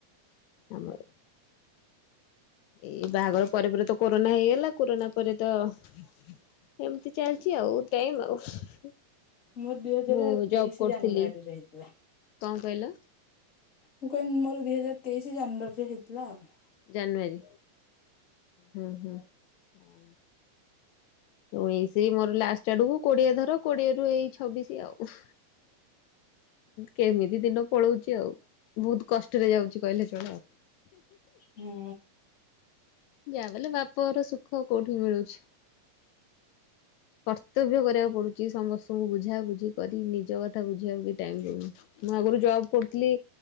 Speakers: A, on the left (about 85°); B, on the left (about 30°).
A: ଆମର ଏଇ ବାହାଘର ପରେ ପରେ ତ କରୋନା ହେଇଗଲା। କୋରୋନା ପରେ ତ ଏମିତି ଚାଲିଛି ଆଉ ଟାଇମ ଆଉ।
B: ମୁଁ ଦୁଇ ହଜାର
A: ମୁଁ ଜବ୍
B: ତେଇଶି
A: କରୁଥିଲି
B: ଜାନୁଆରୀ ରହିଥିଲା।
A: କଣ କହିଲ?
B: ମୁଁ କହିଲି ମୋର ଦୁଇ ହଜାର ତେଇଶ ଜାନୁୟରୀରେ ହେଇଥିଲା ଆଉ।
A: ଜାନୁଆାରୀ ହଁ ହଁ ହ ଉଣେଇଶି ମୋର ଲାଷ୍ଟ ଆଡକୁ କୋଡିଏ ଧର କୋଡିଏ ରୁ ଏଇ ଛବିଶି ଆଉ। କେମିତି ଦିନ ପଳଉଛି ଆଉ ବହୁତ କଷ୍ଟରେ ଯାଉଛି କହିଲେ ଚାଳେ ଆଉ।
B: ହୁଁ
A: ଯାହା ବଲେ ବାପର ସୁଖ କୋଉଠି ମିଳୁଛି? କର୍ତ୍ତବ୍ୟ କରିବାକୁ ପଡୁଛି ସମସ୍ତଙ୍କୁ ବୁଝା ବୁଝି କରି ନିଜ କଥା ବୁଝିବାକୁ ବି ଟାଇମ ଦଉନି। ମୁଁ ଆଗରୁ ଜବ କରୁଥିଲି